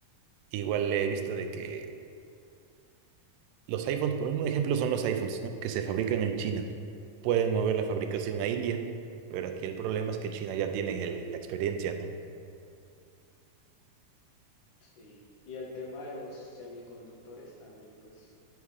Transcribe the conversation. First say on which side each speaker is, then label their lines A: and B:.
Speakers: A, on the right (about 85°); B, on the left (about 70°).
A: igual he visto de que los iPhones, por un ejemplo, son los iPhones, ¿no? Que se fabrican en China. Pueden mover la fabricación a India, pero aquí el problema es que China ya tiene el- la experiencia, ¿no?
B: Sí, y el tema de los semiconductores también, pues